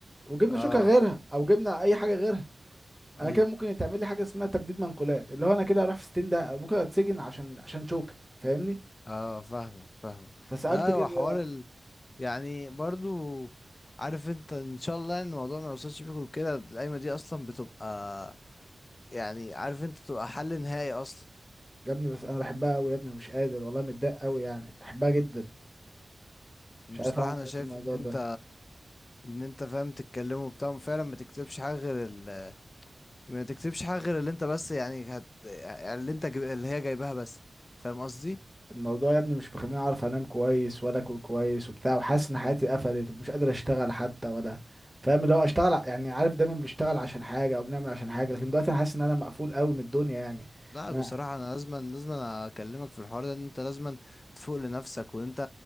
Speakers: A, in the centre; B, on the left.
A: وجبنا
B: اه
A: شوكه غيرها او جبنا اي حاجه غيرها
B: ايوه
A: انا كده ممكن يتعمل لي حاجه اسمها تبديد منقولات اللي هو انا كده اروح في ستين ده ممكن اتسجن عشان عشان شوكه فاهمني
B: اه فاهمك فاهمك
A: فسألت
B: لا
A: كده
B: هو حوار يعني برضو عارف انت ان شاء الله ان الموضوع ما يوصلش بيكوا كده القايمه دي اصلا بتبقى يعني عارف انت بتبقى حل نهائي اصلا
A: يا ابني بس انا بحبها قوي يا ابني مش قادر والله متضايق قوي يعني بحبها جدا
B: بصراحه
A: مش عارف اعمل
B: انا
A: ايه
B: شايف
A: في الموضوع
B: ان انت
A: ده
B: ان انت فاهم تتكلموا وبتاع فعلا ما تكتبش حاجه غير ال... ما تكتبش حاجه غير اللي انت بس يعني هت... يعني اللي انت جايب- اللي هي جايباها بس فاهم قصدي
A: الموضوع يا ابني مش مخليني اعرف انام كويس ولا اكل كويس وبتاع وحاسس ان حياتي قفلت ومش قادر اشتغل حتى ولا فاهم اللي هو اشتغل ع- يعني عارف دايما بنشتغل عشان حاجه او بنعمل عشان حاجه لكن دلوقتي انا حاسس ان انا مقفول قوي من الدنيا يعني
B: لا
A: انا
B: بصراحة أنا لازم لازم أكلمك في الحوار ده إن أنت لازم تفوق لنفسك وإن أنت